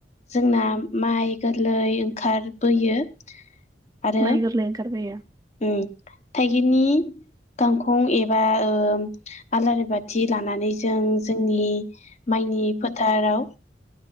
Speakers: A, on the left; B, on the right.
A: जोंना माइ गोरलै ओंखारबोयो आरो
B: माइ गोरलै ओंखारबोयो
A: उम थाइगिरनि गांखं एबा ओ आलारि बाथि लानानै जों जोंनि माइनि फोथाराव